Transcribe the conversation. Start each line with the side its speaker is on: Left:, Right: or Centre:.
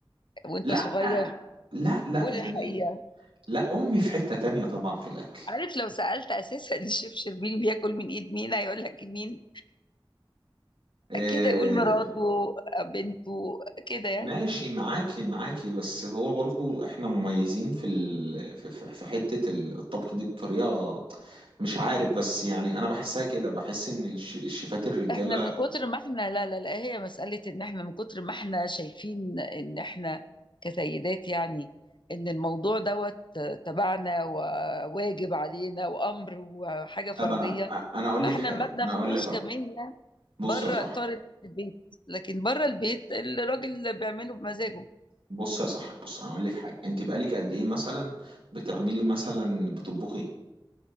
Left: وأنت
Right: لا
Left: صغير
Right: لا لا
Left: قول
Right: يعني
Left: الحقيقة
Right: لا أمي في حتة تانية طبعا في الأكل
Left: عارف لو سألت أساسا <laughs> الشيف شربيني بياكل من إيد مين هيقول لك مين
Right: آه،
Left: كده يقول مراته بنته كده يعني
Right: ماشي معاكي معاكي بس هو برضو احنا مميزين في ال... في في- في حتة الطبخ دي بطريقة مش عارف بس يعني انا بحسها كده بحس ان الش- الشيفات الرجالة
Left: احنا من كتر ما احنا لا لا لا هي مسألة ان احنا من كتر ما احنا شايفين ان احنا كسيدات يعني ان الموضوع دوت تبعنا وواجب علينا وامر وحاجة فردية
Right: طب انا انا اقول
Left: فاحنا
Right: لك حاجة
Left: ما بناخدوش
Right: انا اقول لك اه
Left: كمهنة
Right: بص
Left: بره
Right: يا صاحبي
Left: اطار البيت لكن بره البيت الراجل اللي بيعمله بمزاجه
Right: بص يا صاحبي بص انا اقول لك حاجه انت بقالك قد ايه مثلا بتعملي مثلا بتطبخي